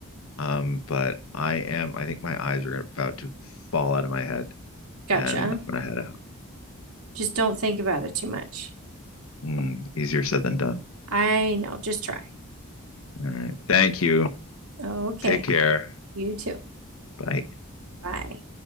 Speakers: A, on the left; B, on the right.
A: Um, but I am. I think my eyes are about to fall out of my head,
B: Gotcha.
A: and I'm gonna head out.
B: Just don't think about it too much.
A: Hmm, easier said than done.
B: I know. Just try.
A: All right. Thank you.
B: Okay.
A: Take care.
B: You too.
A: Bye.
B: Bye.